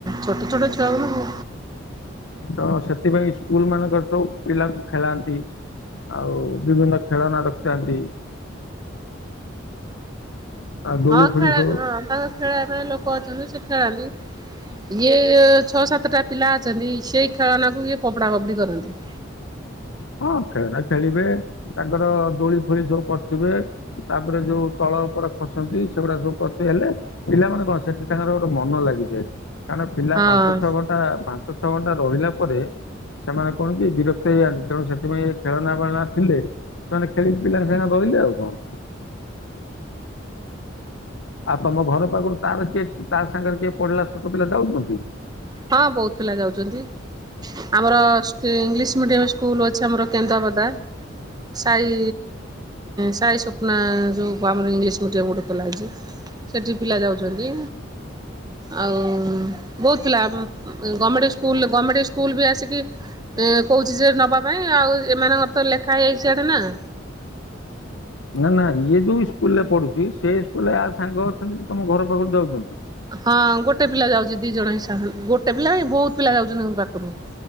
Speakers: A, on the right; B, on the left.
A: ଛୋଟ ଛୋଟ ଛୁଆ ଙ୍କୁ
B: ତ ସେଥିପାଇଁ ଇସ୍କୁଲ ମାନଙ୍କରେ ସବୁ ପିଲାଙ୍କୁ ଖେଳାନ୍ତି। ଆଉ ବିଭିନ୍ନ ଖେଳନା ରଖିଥାନ୍ତି। ଆଉ ଦୋଳି
A: ହଁ
B: ଫୋଳି
A: ଖେଳ
B: ସବୁ
A: ହଁ ତାଙ୍କ ଖେଳେଇବା ପାଇଁ ଲୋକ ଅଛନ୍ତି ସେ ଖେଳାନ୍ତି। ଇଏ ଛଅ ସାତଟା ପିଲା ଅଛନ୍ତି ସେଇ ଖେଳନାକୁ ଇଏ ଫୋପଡା ଫୋପଡି କରନ୍ତି।
B: ହଁ ଖେଳନା ଖେଳିବେ ତାଙ୍କର ଦୋଳି ଫୋଳି ସବୁ କରୁଥିବେ। ତାପରେ ଯୋଉ ତଳ ଉପରେ ଖସନ୍ତି ସେଗୁଡା ସବୁ ଖସି ହେଲେ। ପିଲାମାନେ କଣ ସେଠି ତାଙ୍କର ଗୋଟେ ମନ ଲାଗିଯାଏ କାରଣ ପିଲା
A: ହଁ
B: ପାଞ୍ଚ ଛଅ ଘଣ୍ଟା ପା ପାଞ୍ଚ ଛଅ ଘଣ୍ଟା ରହିଲା ପରେ ସେମାନେ କଣ କି ବିରକ୍ତ ହେଇଯାଆନ୍ତି। ତେଣୁ ସେଥିପାଇଁ ଖେଳନା ବେଳନା ଥିଲେ ସେମାନେ ଖେଳିକି ପିଲାଙ୍କ ସାଙ୍ଗେ ରହିଲେ ଆଉ କଣ। ଆଉ ତମ ଘର ପାଖରୁ ତାର କିଏ ତା ସାଙ୍ଗରେ କିଏ ପଢିଲା ଛୋଟ ପିଲା ଯାଉଛନ୍ତି।
A: ହଁ ବହୁତ୍ ପିଲା ଯାଉଛନ୍ତି। ଆମର ଇଂଲିଶ ମିଡିୟମ ସ୍କୁଲ ଅଛି ଆମର କେନ୍ଦ୍ରାପଦା। ସାହି ସାଇ ସ୍ୱପ୍ନା ଯୋଉ ଆମର ଇଂଲିଶ ମିଡିୟମ୍ ଗୋଟେ ଖଲାହେଇଛି। ସେଠି ପିଲା ଯାଉଚନ୍ତି। ଆଉ ବହୁତ ପିଲା ଗମେଣ୍ଟ ସ୍କୁଲ ଗମେଣ୍ଟ ସ୍କୁଲ ବି ଆସିକି ଏ କହୁଛି ସେ ନବା ପାଇଁ ଆଉ ଏମାନଙ୍କର ତ ଲେଖା ହେଇଯାଇଛି ଇଆଡେ ନାଁ।
B: ନାଁ ନାଁ ଇଏ ଯୋଉ ଇସ୍କୁଲ ରେ ପଢୁଛି ସେଇ ସ୍କୁଲ ରେ ଆ ସାଙ୍ଗ ଅଛନ୍ତି ତମ ଘର ପାଖରୁ ଯାଉଛନ୍ତି।
A: ହଁ ଗୋଟେ ପିଲା ଯାଉଛି ଦି ଜଣ ହିସାବ ଗୋଟେ ପିଲା କାଇଁ ବହୁତ୍ ପିଲା ଯାଉଛନ୍ତି ଏଇ ପାଖରୁ।